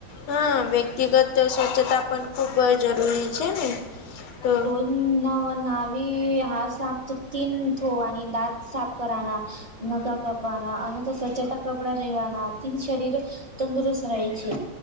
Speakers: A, on the left; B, on the right.
A: હા વ્યક્તિગત સ્વચ્છતા પણ ખુબ જરૂરી છે, ને? તો
B: હમ્મ નવ નવી હા સાફ તો તીન થોવાની દાંત સાફ કરવના નકા કપાના આની તો સ્ચતા કપડા રેવાના તીન શરીર તંદુરસ્ત રહે છે.